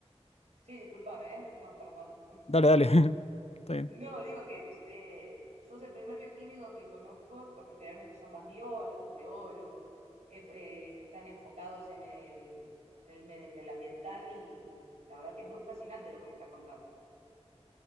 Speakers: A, on the right; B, on the left.
A: sí, discúlpame, ¿eh? No, perdón.
B: Dale, dale. <laughs> Está bien.
A: No, digo que eh, sos el primer bioquímico que conozco, porque generalmente son más biólogos, geólogos, eh, eh, que están enfocados en el, en el, me- en el ambiental y la verdad que es muy fascinante lo que me estás contando.